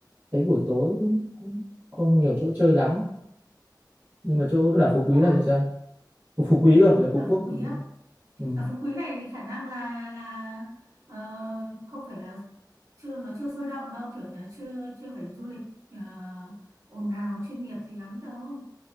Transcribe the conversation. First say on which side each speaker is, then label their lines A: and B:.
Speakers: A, on the right; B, on the right.
A: thấy buổi tối cũng, cũng không nhiều chỗ chơi lắm nhưng mà chỗ cái đảo
B: ở
A: Phú
B: Phú
A: Quý
B: Quốc
A: này
B: á
A: thì sao Ủa, Phú Quý cơ ở Phú
B: đảo
A: Quốc
B: Phú Quý
A: ừ,
B: á
A: ừ,
B: đảo Phú Quý này thì khả năng là là ờ, không phải là chưa nó chưa sôi động đâu kiểu nhà chưa chưa phải du lịch ờ, ồn ào chuyên nghiệp gì lắm đâu